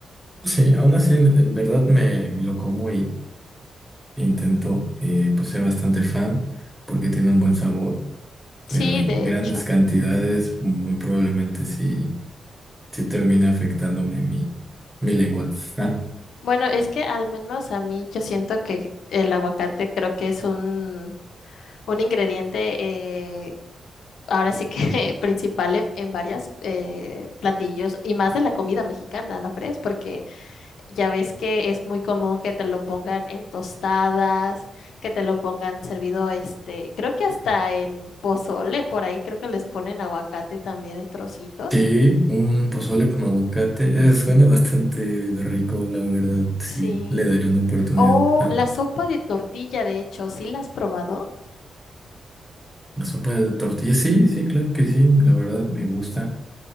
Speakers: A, in the centre; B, on the left.
A: Sí, aún así, en en verdad me, me lo como Intento eh, pues ser bastante fan porque tiene un buen sabor,
B: Sí,
A: pero en
B: de
A: grandes
B: hecho.
A: cantidades muy probablemente sí, sí termina afectándome mi, mi lengua. Ah,
B: Bueno, es que al menos a mí yo siento que el aguacate creo que es un, un ingrediente eh, ahora sí que <laughs> principal en, en varias eh, platillos y más de la comida mexicana, ¿no crees? Porque ya ves que es muy común que te lo pongan en tostadas, que te lo pongan servido, este, creo que hasta en pozole, por ahí creo que les ponen aguacate también en trocitos.
A: sí, un pozole con aguacate eh, suena bastante rico, la verdad, sí,
B: Sí,
A: le daré una oportunidad.
B: O
A: Ah,
B: la sopa de tortilla, de hecho, ¿sí la has probado?
A: la sopa de tortilla, sí, sí, claro que sí, la verdad me gusta.